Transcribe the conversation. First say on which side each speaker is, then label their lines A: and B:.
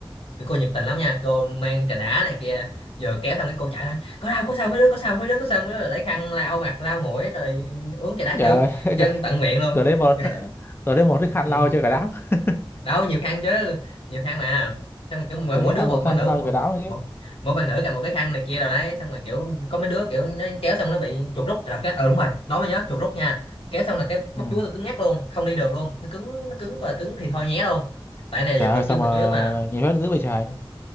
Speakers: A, on the left; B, on the left.
A: cái cô nhiệt tình lắm nha cô mang trà đá này kia giờ kéo xong cái cô chạy lại có đau có sao mấy đứa có sao mấy đứa có sao mấy đứa rồi lấy khăn lau mặt lau mũi rồi uống trà đá kiểu
B: Trời ơi, <laughs>
A: dân
B: trời,
A: tận miệng luôn
B: giờ lấy một
A: <laughs>
B: <laughs> giờ lấy một cái khăn
A: ừ.
B: lau cho cả đám. <laughs>
A: đâu nhiều khăn chứ nhiều khăn mà xong rồi kiểu mỗi,
B: Giờ
A: mỗi
B: lấy
A: đứa
B: khăn
A: một
B: một
A: bạn
B: khăn
A: nữ
B: lau
A: mỗi,
B: cho cả đám rồi
A: mỗi,
B: chứ.
A: mỗi bạn nữ cầm một cái khăn này kia đâu đấy xong rồi kiểu có mấy đứa kiểu nó kéo xong nó bị chuột rút là cái ờ đúng rồi nói mới nhớ chuột rút nha kéo xong là cái bắp
B: Ừ.
A: chuối tôi cứng ngắc luôn không đi được luôn nó cứng nó cứng và cứng thì thôi nhé luôn tại này
B: Trời
A: dùng lực
B: ơi sao
A: chân
B: mà
A: là chủ yếu mà
B: nhiệt huyết dữ vậy trời.
A: Ừ.